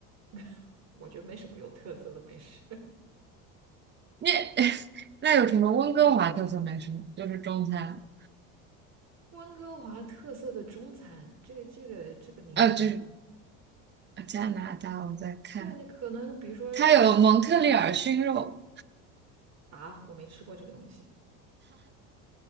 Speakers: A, on the right; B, on the right.
A: <laughs> 我觉得没什么有特色的美食。<laughs>
B: 那 <laughs> 那有什么温哥华特色美食吗？就是中餐，
A: 温哥华特色的中餐，这个这个这个名称，
B: 啊，就是加拿大，我在看，
A: 对你可能比如说
B: 它有蒙特利尔熏肉，
A: 啊，我没吃过这个东西。